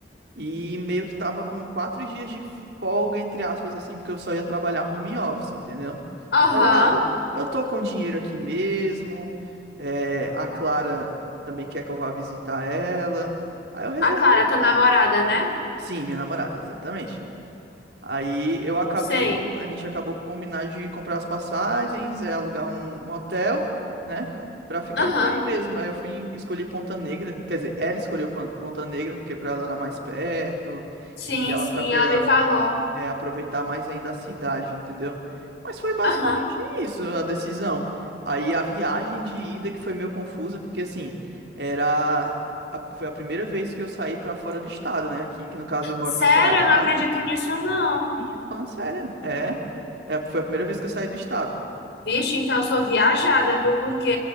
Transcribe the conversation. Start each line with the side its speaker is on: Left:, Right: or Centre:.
Right: E meio que tava com quatro dias de folga, entre aspas, assim, porque eu só ia trabalhar home office, entendeu?
Left: Aham.
Right: Aí Eu, ah, eu tô com dinheiro aqui mesmo. é, a Clara também quer que eu vá visitar ela. Aí eu resolvi.
Left: A Clara, tua namorada, né?
Right: Sim, minha namorada, exatamente. Aí eu acabei,
Left: Sei.
Right: a gente acabou por combinar de comprar as passagens, é, alugar um, um hotel, né? Pra ficar
Left: Aham.
Right: por aí mesmo. Aí eu fui escolher Ponta Negra. Quer dizer, ela escolheu Pon- Ponta Negra, porque pra ela era mais perto.
Left: Sim,
Right: E ela
Left: sim,
Right: achava que
Left: ela
Right: eu ia,
Left: me falou.
Right: é, aproveitar mais ainda a cidade, entendeu? Mas foi basicamente
Left: Aham.
Right: isso a decisão. Aí a viagem de ida que foi meio confusa, porque assim, era. a- foi a primeira vez que eu saí pra fora do estado, né? Aqui, que no caso eu moro
Left: Sério,
Right: no Ceará.
Left: eu não acredito nisso, não.
Right: Ih, falando sério. É. É, Foi a primeira vez que eu saí do estado.
Left: Vixe, então eu sou viajada, viu? Porque